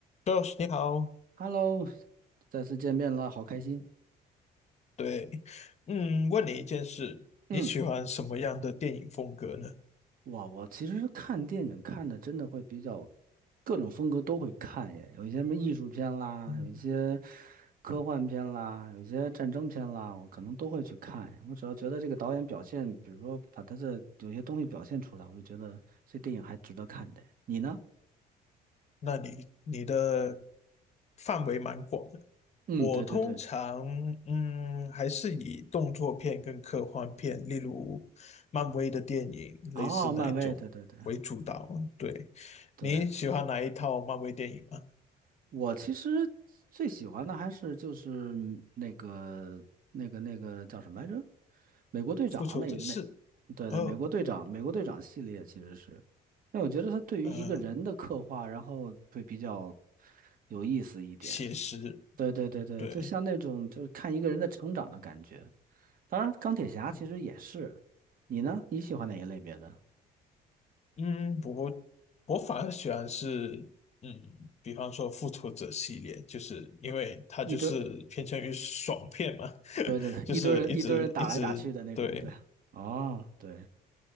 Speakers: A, on the left; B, on the right.
A: Josh，你好，
B: Hello，再次见面了，好开心。
A: 对，嗯，问你一件事，
B: 嗯，
A: 你喜欢什么样的电影风格呢？
B: 哇，我其实看电影看的真的会比较各种风格都会看耶，有一些什么艺术片啦，
A: 嗯，
B: 有一些科幻片啦，有一些战争片啦，我可能都会去看。我只要觉得这个导演表现，比如说把他的有些东西表现出来，我就觉得这电影还值得看的。你呢？
A: 那你你的范围蛮广的。
B: 嗯，
A: 我通常嗯还是以动作片跟科幻片，
B: 对对对，
A: 例如漫威的电影，
B: 哦，
A: 类似那一种为主导。
B: 漫威，对对对
A: 对，
B: 对。
A: 你喜欢哪一套漫威电影啊？
B: 我其实最喜欢的还是就是那个那个那个叫什么来着？美国队长那那，
A: 复仇者四，
B: 对对，
A: 二，
B: 美国队长，美国队长系列其实是，那我觉得他对于一个人的刻画，
A: 呃，
B: 然后会比较有意思一点。
A: 写实，
B: 对对对对，
A: 对。
B: 就像那种就是看一个人的成长的感觉。当然，钢铁侠其实也是。
A: 嗯
B: 你呢？你喜欢哪一类别的？
A: 嗯，我我反而喜欢是，嗯，比方说《复仇者》系列，就是因为它就是偏向于爽片嘛，
B: 一堆，对对，
A: <laughs> 就是一直一直对。
B: 一堆人一堆人打来打去的那种，对。哦，对